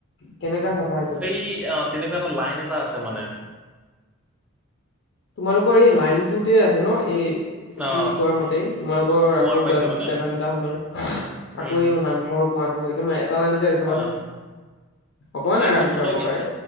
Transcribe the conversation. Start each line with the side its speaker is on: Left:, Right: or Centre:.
Left: কেনেকা চাফা এইটো।
Centre: সেই অ', তেনেকুৱা এটা লাইন এটা আছে মানে।
Left: তোমালোকৰ এই লাইনটোতে আছে ন' এই
Centre: অ
Left: তুমি কোৱা মতেই, তোমালোকৰ
Centre: কুঁৱাৰ
Left: আকৌ
Centre: পানীটো
Left: তাত
Centre: মানে
Left: বেদানতাহঁতৰ আকৌ
Centre: উম
Left: এই নামঘৰৰ কোঁৱাটো একদম এটা লাইনতে আছে চাবাচোন,
Centre: অ
Left: অকমান
Centre: এই
Left: আগা
Centre: বস্তুটো
Left: পিছাৰ হ'ব
Centre: আকৌ
Left: পাৰে।
Centre: চ